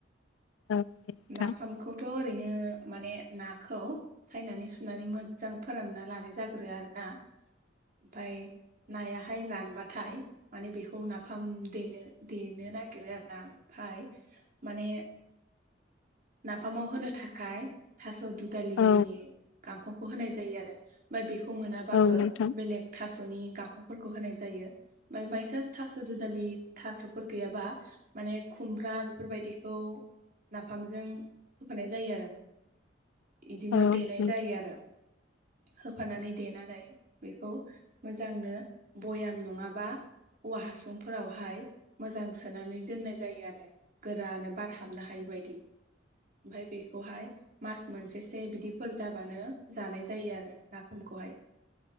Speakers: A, on the left; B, on the right.
A: औ नोंथां
B: नाफामखौथ ओरैनो माने नाखौ सायनानै सुनानै मोजां फोरानना लानाय जाग्रो आरो ना ओमफाय नायाहाय रानबाथाय माने बेखौ नाफाम देनो देनो नागिरो आरोना ओमफाय माने नाफामाव होनो थाखाय थास दुदालिनि
A: औ
B: गांखंखौ होनाय जायो आरो ओमफ्राय बेखौ मोनाबाबो
A: औ नोंथां
B: बेलेग थासनि गांखंफोरखौ होनाय जायो। बाय बायसान्स थास दुदानि थासफोर गैयाबा। माने खुमब्रा बेफोरबायदिखौ फाम्पजों होफानाय जायो आरो बिदिनो
A: औ
B: देनाय
A: नोंथां
B: जायो आरो होफानानै देनानै बेखौ मोजांनो भयाम नङाबा औवा हासुंफोरावहाय मोजां सोनानै दोननाय जायो आरो गोरानो बार हाबनो हायि बायदि ओमफाय बेखौहाय मास मोनसेसो बिदिफोर जाबानो जानाय जायो आरो नाफामखौहाय।